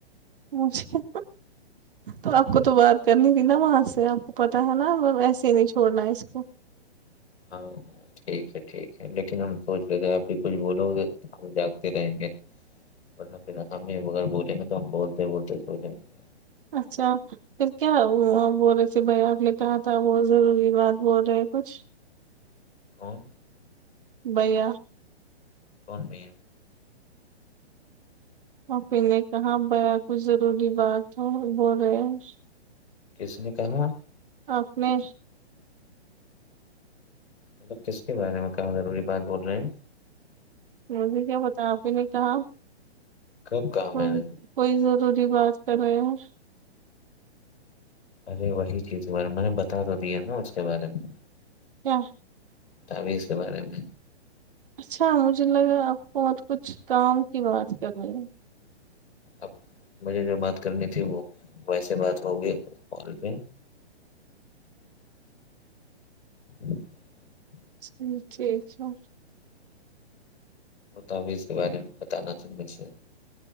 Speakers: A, on the right; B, on the left.
A: مجھے تو آپ کو تو بات کرنی تھی نا وہاں سے آپ کو پتا ہے نا ایسے ہی نہیں چھوڑنا ہے اس کو
B: ہاں ٹھیک ہے ٹھیک ہے لیکن ہم سوچ رہے تھے آپ بھی کچھ بولو گے جاگتے رہیں گے نا پھر ہم بھی اگر بولیں گے تو ہم بولتے بولتے سوجائیں گے
A: اچھا پھر کیا وہ بول رہے تھے بھائی آپ نے کہا تھا وہ ضروری بات بول رہے کچھ
B: کون
A: بھئیا
B: کون بھیا
A: آپ ہی نے کہا بیا کچھ ضروری بات ہو بول رہے ہیں
B: کس نے کہا
A: آپ نے
B: مطلب کس کے بارے میں کہا ضروری بات بول رہے ہیں
A: مجھے کیا پتا آپ ہی نے کہا
B: کب کہا
A: کوئی
B: میں نے
A: کوئی ضروری بات کرے ہیں
B: ارے وہی چیز کے بارے میں نے بتا بھی دی ہے نا اس کے بارے میں
A: کیا
B: تعویذ کے بارے میں
A: اچھا مجھے لگا آپ بہت کچھ کام کی بات کرنی ہے
B: اب مجھے جو بات کرنی تھی وہ ویسے بات ہوگی کال پہ <inaudible>
A: جی ٹھیک ہے
B: تعویذ کے بارے میں بتانا تھا مجھے